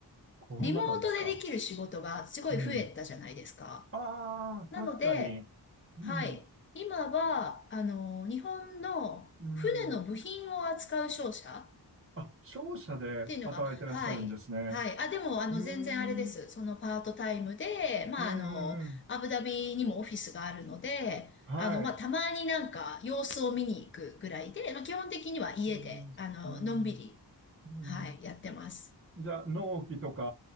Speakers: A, on the right; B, on the left.
A: この中ですか
B: リモートでできる仕事がすごい増えたじゃないですか。
A: うん。ああ、
B: なので、
A: 確かに。うん。
B: はい。今は、あの、日本の船の部品を扱う商社
A: うん。あ、商社で働いてらっしゃるんですね。
B: っていうのが、はい。はい。あ、でも、あの、
A: うー
B: 全然あれです。
A: ん。
B: そのパートタイムで、まあ、
A: うんうんうん。
B: あの、アブダビにもオフィスがあるので、
A: はい。
B: あの、まあ、たまになんか様子を見に行くぐらいで、まあ、基本的には家で、
A: うん。
B: あの、
A: うん。
B: のんびり、
A: うん
B: はい、やってます。
A: じゃあ、納期とか、